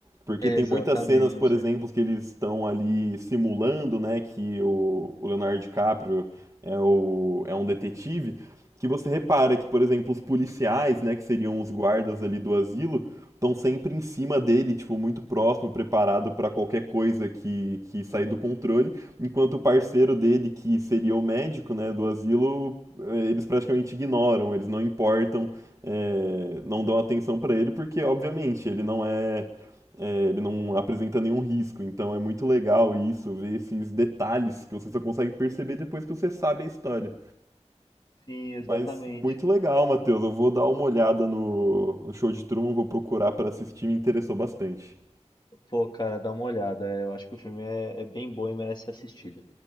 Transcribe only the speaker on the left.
Exatamente.
Sim, exatamente.
Pô, cara, dá uma olhada. É, Eu acho que o filme é, é bem bom e merece ser assistido.